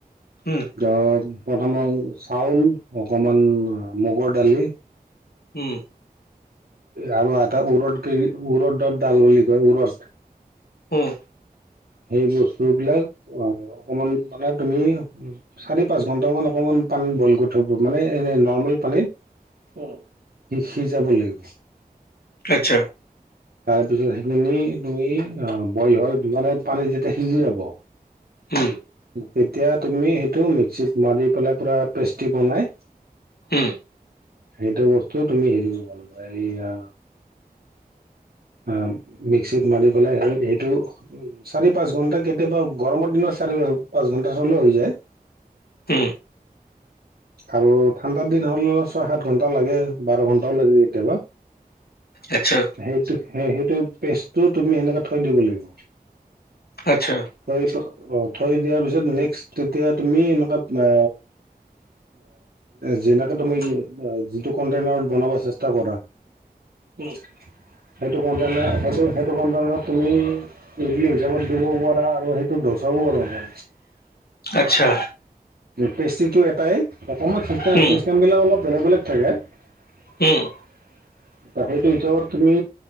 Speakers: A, on the left (about 80°); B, on the right (about 80°).
A: উম
B: ধৰা প্ৰথমত চাউল অকমান মুগ ৰ দালি।
A: উম।
B: আৰু এটা উৰদ ক উৰদৰ ডাল বুলি কয় উৰদ।
A: উম।
B: সেই বস্তুবিলাক অকমান মানে তুমি চাৰি পাঁচ ঘন্ট মান অকমান পানীত বইল কৰি থব মানে এনে নৰ্মেল পানীত, উম। সেইয়া সিজাব লাগিব।
A: আচ্ছা।
B: তাৰপিছত সেইখিনি তুমি বইল হয় মানে পানীত যেতিয়া সিজি যাব
A: উম
B: তেতিয়া তুমি সেইটো মিক্সিত মাৰি পেলাই পুৰা পেষ্টি বনাই
A: হম।
B: সেইটো বস্তু তুমি হেৰি কৰিব এইয়া। অ মিক্সিত মাৰি পেলাই এইটো। উম চাৰি পাঁচ ঘন্টা কেতিয়াবা গৰমৰ দিনত চাৰি পাঁচ ঘন্টা হ'লে হৈ যায়
A: উম
B: আৰু ঠাণ্ডা দিন হ'ল ছয় সাত ঘন্টা লাগে বাৰ ঘন্টাও লাগে কেতিয়াবা।
A: আচ্ছা
B: সেইটো সেইটো পেষ্টটো তুমি সেনেকে থৈ দিব লাগিব।
A: আচ্ছা।
B: থৈ অ থৈ দিয়াৰ পিছত নেক্স তেতিয়া তুমি এনেকুৱা। যেনেকে তুমি যিটো কনটেইনাৰত বনাব চেষ্টা কৰা। উম। সেইটো কনটেনাত সেইটো কনটেনাত তুমি উইকলি হিচাপত দিব পাৰা আৰু ত' দচাও যানে।
A: আচ্ছা
B: পেষ্ট্ৰিটো এটাই অকণমান
A: উম
B: ছিষ্টেমবিলাক অলপ বেলেগ বেলেগ থাকে। সেইটো
A: উম
B: হিচাপত তুমি